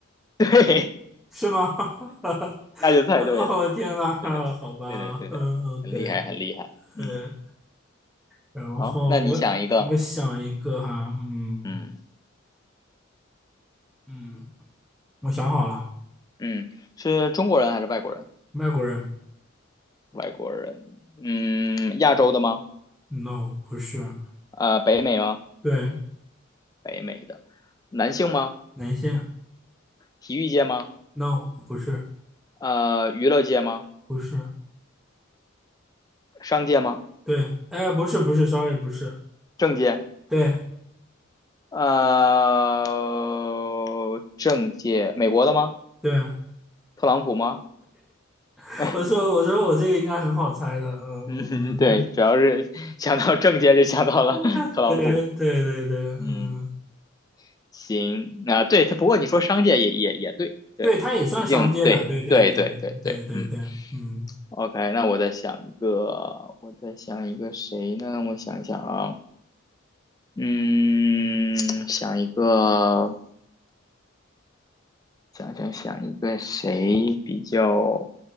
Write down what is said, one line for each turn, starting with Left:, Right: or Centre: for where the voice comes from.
Left: <laughs> 对，
Centre: 是吗？<laughs>
Left: 太对了，
Centre: 哦，天呐，
Left: 对的，对的，
Centre: 啊好吧，
Left: 对的，对的，
Centre: 嗯，OK，
Left: 很厉害，很厉害。嗯，
Centre: 呃，然后我我想一个哈，
Left: 好，那你想一个，
Centre: 嗯
Left: 嗯
Centre: 嗯，我想好了，
Left: 嗯，是中国人还是外国人？
Centre: 外国人
Left: 外国人，嗯，亚洲的吗？
Centre: ，no，不是，
Left: 呃，北美吗？
Centre: 对，
Left: 北美的，男性吗？
Centre: 男性
Left: 体育界吗？
Centre: n o 不是。
Left: 呃，娱乐界吗？
Centre: 不是，
Left: 商界吗？
Centre: 对，哎，不是，不是，sorry，不是，
Left: 政界？
Centre: 对，
Left: 呃，政界，美国的吗？
Centre: 对，
Left: 特朗普吗？
Centre: <laughs>
Left: <laughs>
Centre: 我说，我说我这个应该很好猜的，嗯，
Left: 嗯，对，主要是想到政界就想到了 <laughs>
Centre: <laughs>
Left: 特朗普。
Centre: 对，对，对，对，嗯，
Left: 嗯，行啊，对，他不过你说商界也也也对，对，
Centre: 对，他也算商界的，
Left: 毕竟对对对对对，
Centre: 对，对，对，对，对，对，
Left: 嗯，
Centre: 对，嗯，
Left: OK，那我再想一个，我再想一个谁呢？我想想啊，嗯，想一个，想想想一个谁比较